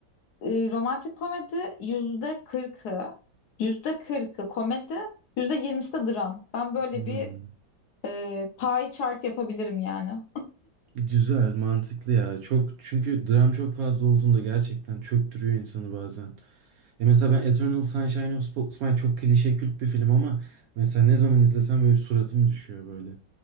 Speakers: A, on the left; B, on the right.
A: E, romantik komedi yüzde kırkı, yüzde kırkı komedi, yüzde yirmisi de dram. Ben böyle
B: Hmm.
A: bir e, pie chart yapabilirim yani.
B: Güzel, mantıklı ya. Çok çünkü dram çok fazla olduğunda gerçekten çöktürüyor insanı bazen. E mesela ben Eternal Sunshine of Spotless Mind çok klişe kült bir film ama mesela ne zaman izlesem böyle bir suratım düşüyor böyle.